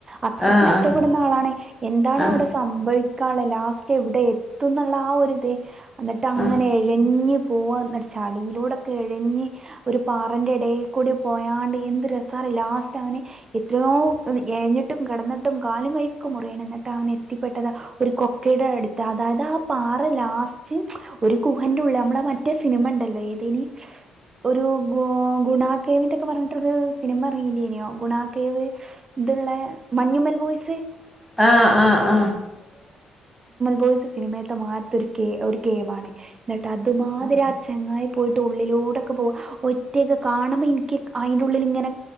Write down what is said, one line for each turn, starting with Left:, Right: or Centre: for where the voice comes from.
Right: അത്രക്കും
Centre: ആഹ്
Right: ഇഷ്ടപ്പെടുന്ന ആളാണെ എന്താണ്
Centre: ആഹ്
Right: അവിടെ സംഭവി ക്കാള്ളത് ലാസ്റ്റ് എവിടെ എത്തുന്നുള്ള ആ ഒരു ഇത് എന്നിട്ട് അങ്ങനെ
Centre: ആഹ്
Right: എഴഞ്ഞു പോവാ എന്ന്ചാലു അയിലൂടൊക്കെ എഴഞ് ഒരു പാറന്റെ ഇടെ കൂടി പോയാണ്ട് എന്ത് രസാറിയാവോ ലാസ്റ്റ് ആണ് എത്രയോ എഴഞ്ഞിട്ടും കിടന്നിട്ടും കാലും കൈയ്യൊ മുറയാണ് എന്നിട്ട് അവന് എത്തിപ്പെട്ടത് ഒരു കൊക്കയുടെ അടുത്ത് അതായത് ആ പാറ ലാസ്റ്റ് ഒരു ഗുഹന്റെ ഉള്ളിൽ നമ്മളെ മറ്റേ സിനിമ ഉണ്ടല്ലോ ഏതാനി ഒരു ഗു ഗുണാ കേവിന്റൊക്കെ പറഞ്ഞിട്ടൊരു സിനിമ ഇറങ്ങിനിയോ ഗുണകേവ് ഇതുള്ള മഞ്ഞുമൽ ബോയ്സ്
Centre: ആഹ് ആഹ് ആഹ് ആഹ് ആഹ് ആഹ്
Right: ബോയ്സ് സിനിമയിലത്തെ മാരിത്ത ഒരു കേ ഒരു കേവാണ് എന്നിട്ട് അതുമാതിരി ആ ചങ്ങായി പോയിട്ട് ഉള്ളിലൂടൊക്കെ പോവാ ഒറ്റക്ക് കാണുമ്പോൾ എനി നിക്ക് അതിന്റെ ഉള്ളിൽ ഇങ്ങനെ